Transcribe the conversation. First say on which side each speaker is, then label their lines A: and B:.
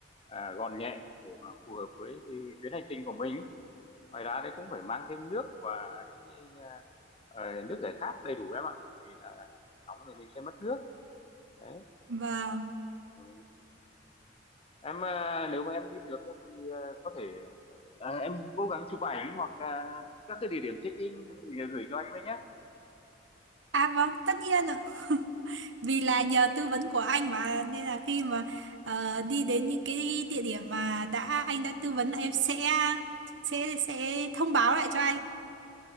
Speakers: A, on the left (about 30°); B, on the right (about 75°).
A: à, gọn nhẹ để mà phù hợp với cái chuyến hành trình của mình ngoài ra đấy cũng phải mang thêm nước và những cái, à, ờ, nước giải khát đầy đủ em ạ Bởi vì là nóng thì mình sẽ mất nước đấy
B: vâng.
A: Ừ. em à, nếu mà em đi được ấy thì à, có thể à, em cố gắng chụp ảnh hoặc là các cái địa điểm check in gửi cho anh với nhé
B: À vâng, tất nhiên ạ. <laughs> Vì là nhờ tư vấn của anh mà nên là khi mà ờ, đi đến những cái địa điểm mà đã anh đã tư vấn là em sẽ sẽ sẽ thông báo lại cho anh.